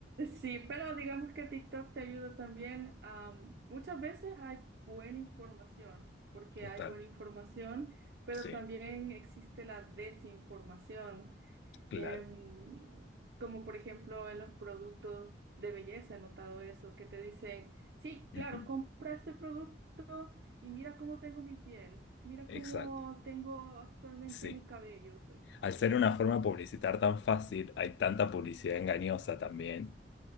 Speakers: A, on the right; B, on the left.
A: sí, pero digamos que TikTok te ayuda también. am, muchas veces hay buena información, porque
B: Total,
A: hay buena información, pero
B: sí,
A: también existe la desinformación,
B: claro.
A: em, como por ejemplo en los productos de belleza, he notado eso, que te dicen, sí,
B: Ujú,
A: claro, compra este producto y mira cómo tengo mi piel, mira
B: Exacto,
A: cómo tengo actualmente
B: sí.
A: mi cabello.
B: Al
A: Y
B: ser una forma de publicitar tan fácil, hay tanta publicidad engañosa también,